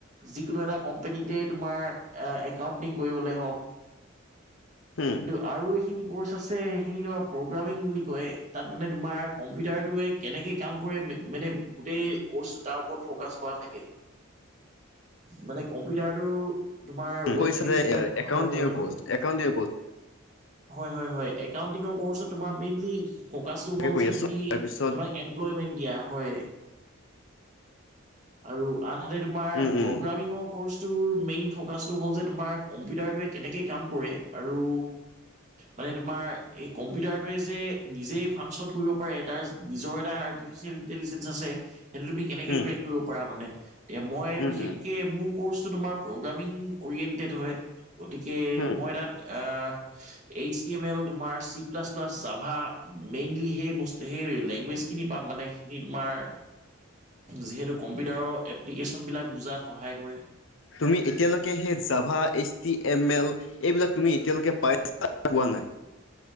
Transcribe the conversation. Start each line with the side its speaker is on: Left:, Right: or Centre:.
Right: যিকোনো এটা কোম্পানীতে তোমাৰ আ একাউন্টিং কৰিবলে হওঁক।
Left: উম,
Right: কিন্তু আৰু এইখিনি ক'ৰ্চ আছে সেইখিনি তোমাৰ প্ৰগ্ৰামিং বুলি কয়। তাত মানে তোমাৰ কম্পিউটাৰটোৱে কেনেকে কাম কৰে মে মানে গোটেই কৰ্চটো তাৰ ওপৰত ফকাচ কৰা থাকে। মানে কম্পিউটাৰটো তোমাৰ
Left: উম,
Right: ৱেবপেজ
Left: কৈছা যে
Right: বিলাক,
Left: একাউণ্টিঙৰ
Right: হয় হয় হয়।
Left: কৰ্চ একাউণ্টিঙৰ
Right: হয় হয় হয়। একাউণ্টিঙৰ কৰ্চত তোমাৰ মেইনলি ফ'কাচটো
Left: কৰ্চ
Right: হ'ল
Left: কৰি
Right: যে
Left: আছো
Right: তুমি
Left: তাৰপিছত
Right: তোমাক এমপ্লয়মেণ্ট দিয়া হয়। আৰু আনহাতে তোমাৰ
Left: উম, উম,
Right: প্ৰগ্ৰামিঙক কৰ্চটোৰ মেইন ফকাচটো হ'ল যে তোমাৰ কম্পিউটাৰটোৱে কেনেকে কাম কৰে আৰু মানে তোমাৰ এই কম্পিউটাৰটোৱে যে নিজেই ফাংচন কৰিব পাৰে। তাৰ নিজৰ এটা আৰ্টিফিচিয়েল ইণ্টেলিজেঞ্চ আছে, সেইটো তুমি কেনেকে
Left: হুম,
Right: ক্ৰেক কৰিব পাৰা মানে? এতিয়া মই
Left: উম,
Right: বিশেষকে
Left: উম,
Right: মোক কৰ্চটো তোমাৰ প্ৰগ্ৰামিং অৰিয়েণ্টেড হয়। গতিকে
Left: হুম,
Right: মই তাত আহ এইচ তি এম এল তোমাৰ C plus plus Java. Mainly সেই বস সেই লেংগুৱেজ খিনি পাম মানে সেইখিনি তোমাৰ যিহেতু কম্পিউটাৰৰ এপ্লিকেশ্যনবিলাক বুজাত সহায় কৰে।
Left: তুমি এতিয়ালৈকে সেই Java, H T M L এইবিলাক তুমি এতিয়ালৈকে পাইছা নে পোৱা নাই?